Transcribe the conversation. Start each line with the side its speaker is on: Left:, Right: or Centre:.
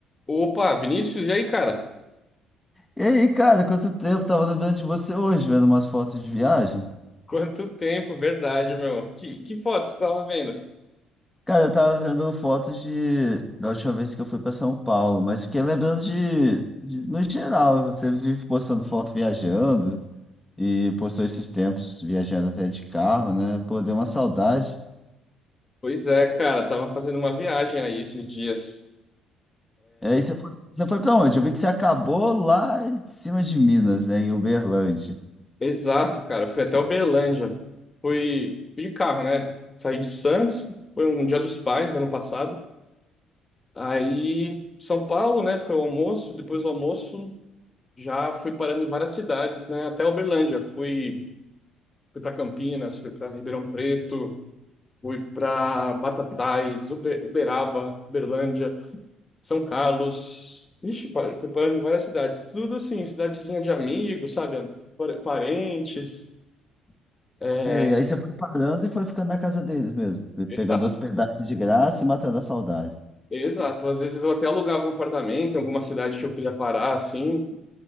Left: Opa, Vinícius, e aí, cara?
Centre: E aí, cara, quanto tempo? Tava lembrando de você hoje, vendo umas fotos de viagem.
Left: Quanto tempo, verdade, meu. Que, que foto você tava vendo?
Centre: Cara, eu tava vendo fotos de da última vez que eu fui pra São Paulo, mas fiquei lembrando de, de- no geral, você vive postando foto viajando e postou esses tempos viajando até de carro, né? Pô, deu uma saudade.
Left: Pois é, cara, tava fazendo uma viagem aí esses dias.
Centre: E aí você foi, você foi pra onde? Eu vi que você acabou lá em cima de Minas, né, em Uberlândia.
Left: Exato, cara, fui até Uberlândia. Fui, fui de carro, né? Saí de Santos, foi um Dia dos Pais, ano passado. Aí, São Paulo, né? Foi o almoço, depois do almoço já fui parando em várias cidades, né? Até Uberlândia, fui, fui para Campinas, fui para Ribeirão Preto, fui para Batatais, Uber- Uberaba, Uberlândia. São Carlos. Ixi, pa- fui parando em várias cidades. Tudo assim, cidadezinha de amigos, sabe? Pa- Parentes. É,
Centre: Sei, aí você foi parando e foi ficando na casa deles mesmo,
Left: exato,
Centre: pegando hospedagem de graça e matando a saudade.
Left: exato. Às vezes eu até alugava um apartamento em alguma cidade que eu queria parar, assim.